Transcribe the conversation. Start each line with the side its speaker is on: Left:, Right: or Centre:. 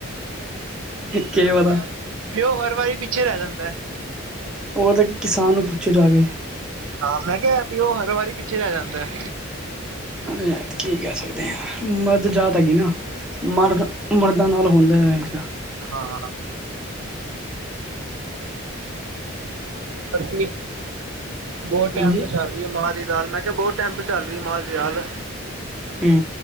Right: ਪਿਓ
Centre: ਕੇ
Right: ਦੀ
Centre: ਪਤਾ।
Right: ਦਾਲ ਪਿਓ ਹਰ ਵਰੀ ਪਿੱਛੇ ਰੇ ਜਾਂਦਾ ਐ।
Centre: ਓ ਤੇ ਕਿਸਾਨ ਨੂੰ ਪੁੱਛੋ ਜਾ ਕੇ।
Right: ਹਾਂ ਮੈਂ ਕਯਾ ਐ ਪਿਓ ਹਰ ਵਾਰੀ ਪਿੱਛੇ ਰੇ ਜਾਂਦਾ ਐ।
Centre: ਅਰੇ ਅ ਕੀ ਕੇ ਸਕਦੇ ਆ ਮਰਦ ਜਾਤ ਹੈਗੀ ਨਾ ਮਰਦ ਮਰਦਾ ਨਾਲ ਹੁੰਦਾ ਰਯੇਗਾ।
Right: ਹਾਂ। ਕਦੀ ਬੋਅ ਟਾਈਮ
Centre: ਹਾਂਜੀ
Right: ਤੋਂ ਚੱਲ ਰਈ ਮਾਂਅ ਦੀ ਦਾਲ ਮੈਂ ਕਿਹਾ ਬਹੁਤ ਟਾਈਮ ਤੋਂ ਚੱਲ ਰਈ ਆ ਮਾਅ ਦੀ ਦਾਲ
Centre: ਹੂੰ